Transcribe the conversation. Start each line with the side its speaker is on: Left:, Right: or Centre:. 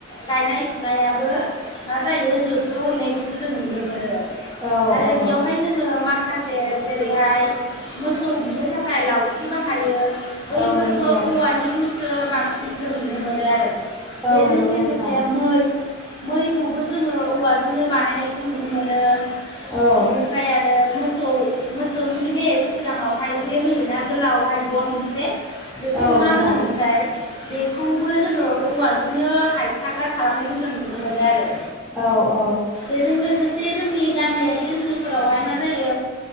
Left: गायनाय फुनायाबो मा जायो जोबस्र'हैनायखौ जों नुनो मोनो।
Centre: औ
Left: आरो
Centre: औ
Left: बियावहाय जोङो माखासे जेरैहाय मोसौ बुनो थाखाय लावथि बाहायो। बैफोरबो
Centre: औ नंगौ
Left: औवानिखौसो बां बांसिन जों नुनो मोनो आरो।
Centre: औ
Left: बेजों
Centre: नंगौ
Left: लोगोसे
Centre: नोंथां
Left: मै मैखौबो जोङो औवाजोंनो बानाय नायखौ नुनो मोनो
Centre: औ
Left: बेनिफ्राय आरो मोसौ मोसौनि बे सिगाङावहाय जे होयोना गोलावहाय गन मोनसे बेखौ
Centre: औ
Left: मा
Centre: नोंथां
Left: होनोमोनथाय बेखौबो जोङो औवाजोंनो हायथाग्रा खालामनायखौ जों नुनो मोनो आरो।
Centre: औ औ
Left: बेजों लोगोसे जोंनि गामियारि ओनसोलफोरावहाय मा जायो